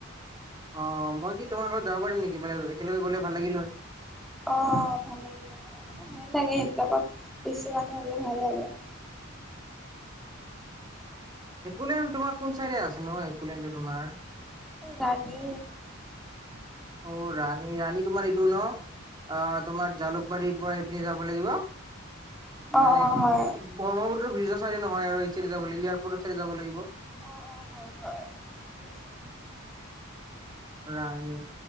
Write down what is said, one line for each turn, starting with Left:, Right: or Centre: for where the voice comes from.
Right: অ মই কি তোমাৰ লগত যাব পাৰিম নেকি মানে একেলগে গ'লে ভাল লাগিল নহয়
Centre: অ ভাল লাগিব ন এ ভাল লাগে সেইবিলাকত বেছি মানুহ হলে ভাল লাগে
Right: একেকুলেন তোমাৰ কোন চাইডে আছে ন এককুলনটো তোমাৰ
Centre: গান <unintelligible>
Right: অ ৰাণী ৰাানী তোমাৰ এইটো ন অ তোমাৰ জালুকবাৰীৰ পৰা আহ পিনে যাব লাগিব
Centre: অ
Right: মানে
Centre: অ হয়
Right: ব্ৰ্মপ <unintelligible> ব্ৰিজৰ চাইডি নহয় আৰু চাৰি যাব ওপৰৰ চাইডি যাব লাগিব <unintelligible> উম
Centre: অ অ হয় হয় শুনিছো
Right: ৰাণী